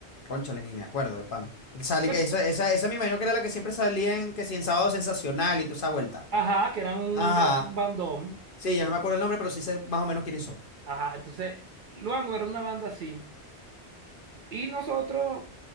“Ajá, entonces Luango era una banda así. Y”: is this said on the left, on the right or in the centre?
Right